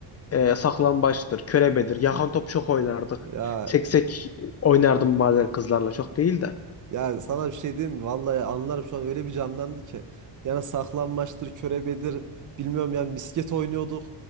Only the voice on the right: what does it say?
Ya
Ya sana bir şey diyeyim mi? Vallahi anlarım şu an öyle bir canlandı ki. Yani saklanmaçtır, körebedir, bilmiyorum yani misket oynuyorduk.